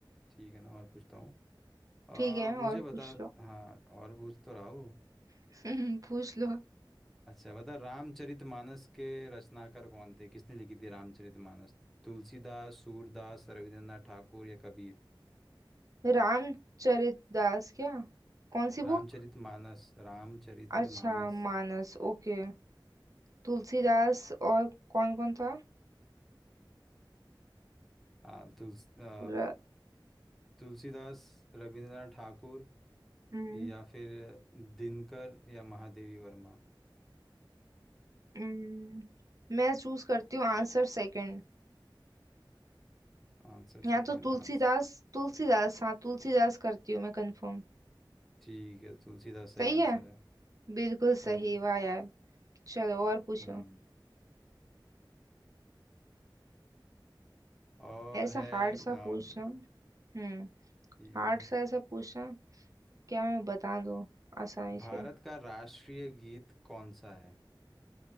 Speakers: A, in the centre; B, on the right (about 45°).
A: ठीक है ना और पूछता हूँ अ,
B: ठीक है
A: मुझे
B: और पूछ
A: बता
B: लो
A: हाँ और पूछ तो रहा हूँ
B: <laughs> पूछ लो
A: अच्छा बता रामचरितमानस के रचनाकार कौन थे किसने लिखी थी रामचरितमानस तुलसीदास सूरदास रविंद्रनाथ ठाकुर या कबीर
B: रामचरित दास क्या कौन सी
A: रामचरितमानस
B: बुक
A: रामचरितमानस
B: अच्छा मानस ओके तुलसीदास और कौन कौन था
A: आ, तुलस अ,
B: र,
A: तुलसीदास रविंद्रनाथ ठाकुर
B: हम्म
A: या फिर दिनकर या महादेवी वर्मा
B: हम्म, मैं चूज करती हूँ आंसर सेकंड
A: Answer
B: यहाँ
A: second
B: तो तुलसीदास
A: answer
B: तुलसीदास हाँ तुलसीदास करती हूँ मैं कंफर्म
A: ठीक है तुलसीदास सही
B: सही है
A: आंसर है
B: बिल्कुल सही
A: हम्म
B: वाह यार चलो और पूछो
A: हम्म और
B: ऐसा
A: है
B: हार्ड सा
A: अम,
B: पूछना हम्म
A: ठीक
B: हार्ड
A: है
B: सा ऐसा पूछना क्या मैं बता दूँ आसानी
A: भारत
B: से
A: का राष्ट्रीय गीत कौन सा है